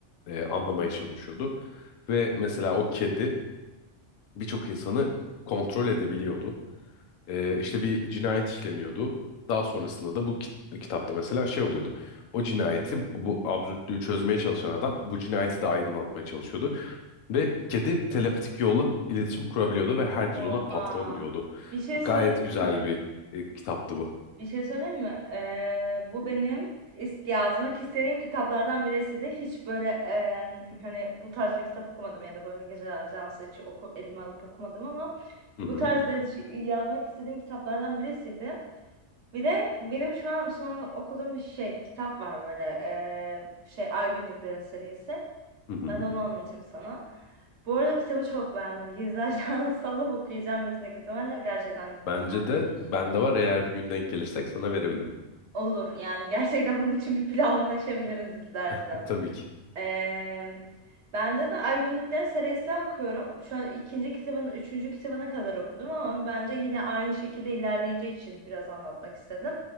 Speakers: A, on the left; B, on the right.
A: e, anlamaya çalışıyordu. Ve mesela o kedi birçok insanı kontrol edebiliyordu. E, işte bir cinayet işleniyordu. Daha sonrasında da bu kit- kitapta mesela şey oluyordu. O cinayeti bu absürtlüğü çözmeye çalışan adam bu cinayeti de aydınlatmaya çalışıyordu. Ve kedi telepatik yolla iletişim kurabiliyordu ve herkes
B: Oha.
A: ona patron diyordu.
B: Bir şey
A: Gayet
B: söyleyeyim
A: güzel
B: mi?
A: bir e, kitaptı bu.
B: Bir şey söyleyeyim mi? Ee, bu benim is- yazmak istediğim kitaplardan birisiydi. Hiç böyle em, hani bu tarz bir kitap okumadım ya da böyle gece ajansı hiç oku, elime alıp okumadım ama
A: Hı hı.
B: bu tarz de şi- yazmak istediğim kitaplardan birisiydi. Bir de benim şu an son okuduğum bir şey kitap var böyle eee, şey Ay Günlüklerin serisi.
A: Hı hı.
B: Ben de onu anlatayım sana. Bu arada kitabı çok beğendim. Gizlerden <laughs> sallıp okuyacağım yüksek ihtimalle. Gerçekten
A: Bence
B: güzelmiş.
A: de bende var eğer bir gün denk gelirsek sana verebilirim.
B: Olur yani gerçekten bunun için bir planlaşabiliriz istersen.
A: <laughs> E, Tabii ki.
B: Eee bende de Ay Günlükleri serisi okuyorum. Şu an ikinci kitabının, üçüncü kitabına kadar okudum ama bence yine aynı şekilde ilerleyeceği için biraz anlatmak istedim.